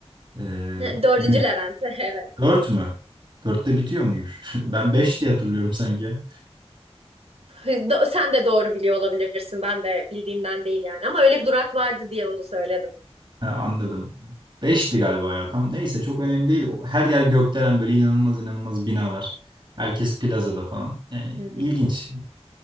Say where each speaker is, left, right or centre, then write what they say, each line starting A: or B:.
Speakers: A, on the right (about 45°); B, on the right (about 65°).
A: E,
B: Ne- Dördüncü
A: büyük.
B: Levent <laughs> evet.
A: Dört mü? Dörtte bitiyor muymuş? <laughs> Ben beş diye hatırlıyorum sanki. ya.
B: Do- Sen de doğru biliyor olabilirsin. Ben de bildiğimden değil yani ama öyle bir durak vardı diye onu söyledim.
A: Ha, anladım. Beşti galiba ya. Tam neyse çok önemli değil. Her yer gökdelen böyle inanılmaz inanılmaz binalar. Herkes plazada falan. Yani
B: Hı hı.
A: ilginç.